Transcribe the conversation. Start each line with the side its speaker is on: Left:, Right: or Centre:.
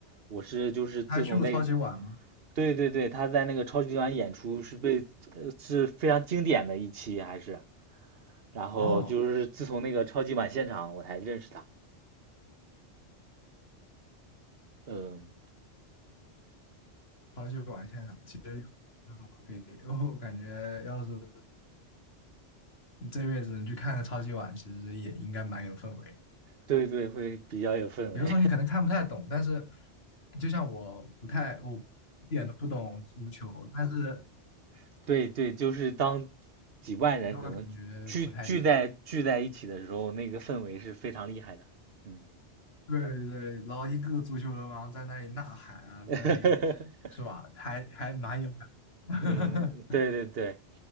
Right: 我是就是自从那个，
Left: 他还去过超级碗吗？
Right: 对对对，他在那个超级碗演出是被，呃，是非常经典的一期，还是。然后就是自从那个超级碗现场，
Left: 哦。
Right: 我才认识他。嗯，
Left: 超级碗现场，其实可以。<laughs> 我感觉要是这辈子你去看个超级碗，其实也应该蛮有氛围。
Right: 对对，会比较有氛围。
Left: 有的时候你可能看不太懂，但是就像我不太，我一点都不懂足球，但是
Right: <laughs> 对对，就是当几万人可能聚聚在聚在一起的时候，
Left: 就会感觉不太一样。
Right: 那个氛围是非常厉害的。嗯，
Left: 对对对，然后一个个足球流氓在那里呐喊啊，
Right: <laughs>
Left: 在那里是吧？还还蛮有感。<laughs>
Right: 嗯，对对对。